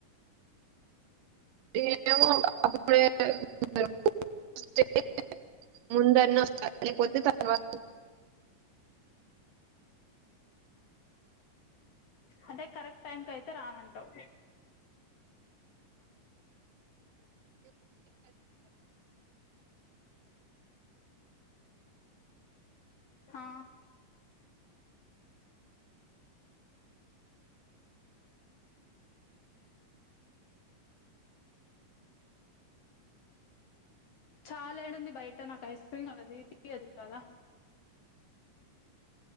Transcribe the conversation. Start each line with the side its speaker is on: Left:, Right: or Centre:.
Right: ఏమో <unintelligible> <unintelligible> ముందర్నో <unintelligible> <unintelligible>
Left: అదే కరెక్ట్ టైం కి అయితే రానంటావు ఆ చాలా ఏడుంది బయట నాకు ఐస్ క్రీమ్ అది అది కదా